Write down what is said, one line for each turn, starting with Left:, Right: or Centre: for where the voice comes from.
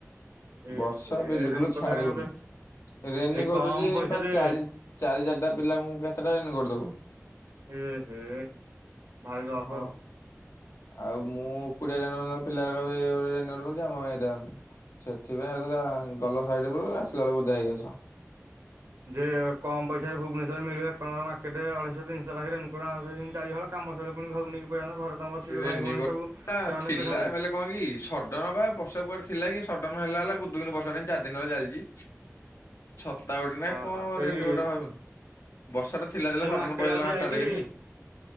Right: ଏ
Left: ବର୍ଷା
Right: ହେ
Left: ବିଲୁକୁୁଲୁ
Right: ରେନକୋଟ
Left: ଛାଡୁନି।
Right: ହେରିକା ଗୋଟେ
Left: ରେନିକୋଟ୍
Right: ଏଇ କମ
Left: ଯେ ଏ
Right: ପଇସାରେ
Left: ପା ଚାରି ଚାରି ଚାରିଟା ପିଲାଙ୍କୁ କେତେଟା ରେନିକୋଟ୍ ଦବୁ?
Right: ଏ ହେ। ଭାରି ରଫ୍
Left: ହଁ
Right: ଆଉ
Left: ଆଉ ମୁଁ ଏକୁଟିଆ ରେନିକୋଟ୍ ପିଲାରା କହିବେ ଏ ତାର ରେନିକୋଟ୍ ପିନ୍ଧୁଚି ଆମ ପାଇଁ ଦଉନି। ସେଥିପାଇଁ <unintelligible> ଗଲ ସାଇଟ୍କୁ ଆସିଲା ବେଳକୁ ଓଦା ହେଇକି ଆସ।
Right: ଯେ ଅ କମ ପଇସାରେ ଭୁବନେଶ୍ୱରରେ ମିଳିବ କମ୍ ମାର୍କେଟ ରେ ଅଢେଇଶ ତିନିଶହ ନାଖେରେ ରେନିକୋଟ ଆଣନ୍ତ ଭାରି ଚାରିହଳ। କାମ ସରିଲେ ପୁଣି ଘରକୁ ନେଇକି ପଳଆନ୍ତ ଘରେ ତମର ଥିବେ
Left: ରେନିକୋଟ
Right: ଭାଇ ଭଉଣି ସବୁ
Left: ଟା
Right: ସେମାନେ
Left: ଥିଲା
Right: ପିନ୍ଧନ୍ତେ।
Left: ବେଲେ କଣ କି ସଡ଼ନ ବା ବର୍ଷା କୁଆଡେ ଥିଲା କି ସଡନ ହେଲା ହେଲା ଗୁଦ୍ କିନା ବର୍ଷା ଟା ଚାରି ଦିନ ହେଲା ଚାଲିଛି। ଛତା ଗୋଟେ ନାଇଁ
Right: ହଁ
Left: କଣ
Right: ସେଇ
Left: ରେନିକୋଟ ଭାବ। ବର୍ଷା ଟା ଥିଲା ଥିଲା
Right: ସେ
Left: ସଡ଼ନ
Right: ମାର୍କେଟ
Left: ପଳେଇଗଲା
Right: ଆଡୁ
Left: ହଠାତ୍
Right: ଯାଇକି
Left: କିନି।